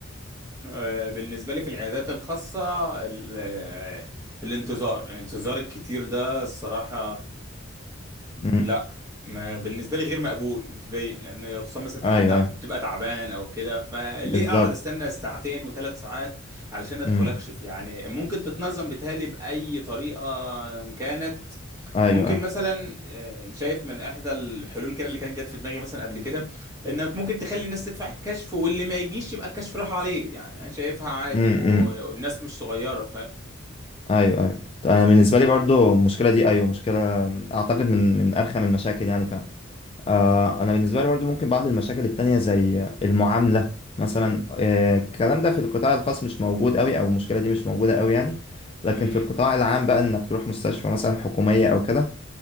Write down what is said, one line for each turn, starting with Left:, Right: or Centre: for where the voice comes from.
Right: آه، بالنسبه لي في العيادات الخاصه ال- آه، الانتظار الانتظار الكتير ده الصراحه
Left: امم
Right: لا ما بالنسبه لي غير مقبول بالنسبه لي لان خصوصا مثلا انت
Left: ايوه
Right: حتى بتبقى
Left: ايوه
Right: تعبان او كده فليه
Left: بالظبط
Right: اقعد استنى ساعتين وثلاث ساعات علشان ادخل
Left: امم
Right: اكشف يعني ممكن تتنظم بتهيألي باي طريقه كانت
Left: ايوه
Right: ممكن
Left: ايوه
Right: مثلا آه، شايف من احدى الحلول كده اللي كانت جت في دماغي مثلا قبل كده انك ممكن تخلي الناس تدفع الكشف واللي ما يجيش يبقى الكشف راح عليه يعني انا شايفها عادي
Left: امم
Right: و- والناس مش صغيره
Left: ايوه ايوه طيب، انا بالنسبة لي برضو المشكلة دي ايوه مشكلة اعتقد من من ارخم المشاكل يعني فعلا آه، انا بالنسبه لي برضو ممكن بعض المشاكل التانية زي المعامله مثلا آه، الكلام ده في القطاع الخاص مش موجود قوي او المشكله دي مش موجوده قوي يعني لكن
Right: فاهم
Left: في القطاع العام بقى انك تروح مستشفى مثلا حكوميه او كده